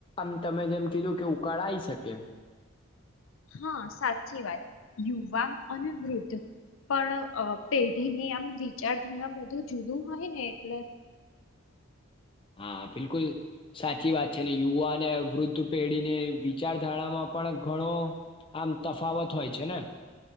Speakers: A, on the left; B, on the left.
A: આમ તમે જેમ કીધું કે ઉકાળાય શકે.
B: હા,. સાચી વાત યુવા અને વૃદ્ધ. પણ અ પેઢીની આમ વિચારધારા બધું જુદું હોય ને એટલે
A: હા, બિલકુલ સાચી વાત છે ને યુવા અને વૃદ્ધ પેઢીને વિચારધારામાં પણ ઘણો આમ તફાવત હોય છે ને.